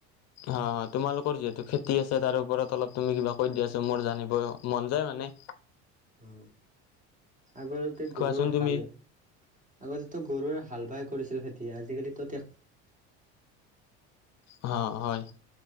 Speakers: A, on the left (about 50°); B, on the right (about 20°).
A: অ তোমালোকৰ যিহেতু খেতি আছে তাৰ ওপৰত অলপ তুমি কিবা কৈ দিয়া চোন মোৰ জানিব মন যায় মানে।
B: উম আগৰতে
A: কোৱাচোন
B: গৰুৰ
A: তুমি
B: হাল আগতেতো গৰুৱে হাল বাই কৰিছিল খেতি, আজিকালিতো তে
A: অ হয়।